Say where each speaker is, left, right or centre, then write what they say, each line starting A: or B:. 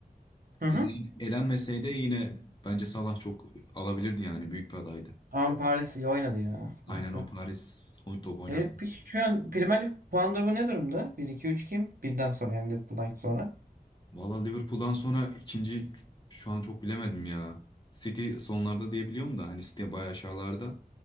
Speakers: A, on the right (about 65°); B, on the left (about 30°).
A: Hı hı.
B: Yani elenmeseydi yine bence Salah çok alabilirdi yani büyük bir adaydı.
A: Ama Paris iyi oynadı ya
B: Aynen
A: kanka.
B: o Paris o top oynat.
A: E, peki şu an Premier Lig puan durumu ne durumda? Bir iki üç kim? Birden sonra yani Liverpool'dan sonra.
B: Valla Liverpool'dan sonra ikinci şu an çok bilemedim ya. City sonlarda diyebiliyorum da hani City bayağı aşağılarda.